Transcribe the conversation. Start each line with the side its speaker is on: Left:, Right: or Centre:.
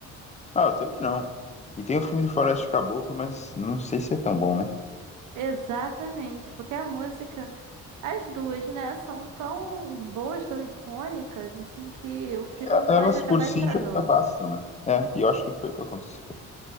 Left: Ah, eu também não. E tem o filme do Floresta do Caboclo, mas não sei se é tão bom, né?
Right: Exatamente, porque a música, as duas, né, são tão boas, tão icônicas, assim, que o filme
Left: E a-
Right: pode
Left: elas
Right: acabar
Left: por si
Right: estragando.
Left: já bastam, né? É, e eu acho que foi o que aconteceu.